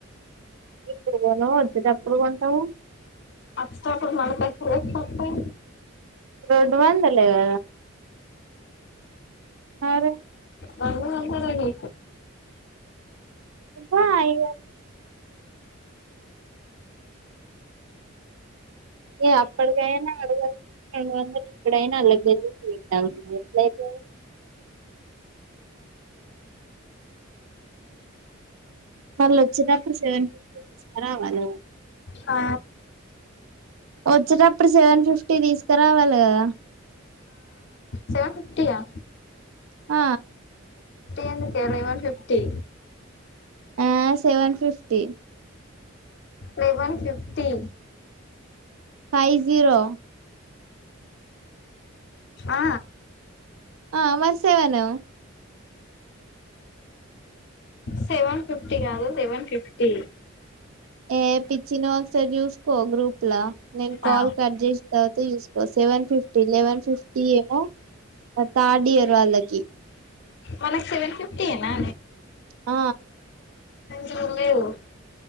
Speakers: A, on the right; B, on the left.
A: ఇప్పుడుదేను వద్దుట ఎప్పుడు కొంటావు
B: అచ్చ కూడా నై రయి
A: రోడ్డు వందల కా ఆరే
B: వన్న అన్నడి
A: బా అ ఏ అప్పటికైనా అడుగలుతుంది రెండు వందలు ఇప్పుడైనా అల్గ వెళ్ట్ అవుతుంది ఎట్లయితే మళ్ళు వచ్చేటప్పుడు సెవెన్ ఫిఫ్టీ తీసుార అవాల
B: ఆ
A: వచ్చేటప్పుడు సెవెన్ ఫిఫ్టీ తీసుకురావాలి కదా
B: సెవెన్ ఫిఫ్టీయా
A: ఆ
B: కే వన్ ఫిఫ్టీ
A: ఆ seven fifty
B: eleven fifty
A: five zero
B: ఆ
A: ఆ మరిసేవన
B: సెవెన్ ఫిఫటీ కా అదా సెవెన్ ఫిఫటీ
A: ఏ పిచ్చి నో అక్షర యూస్కో గ్రూప్ లా నేను కాల్
B: ఆ
A: కట్ చేసిన తర్వాత ూ సెవెన్ ఫిఫ్టీ లెవెన్ ఫిఫ్టీ ఏమో థర్డ్ ఇయర్ వాళ్ళకి
B: మన సెవెన్ ఫిఫటీనా
A: ఆ
B: చూడలేదు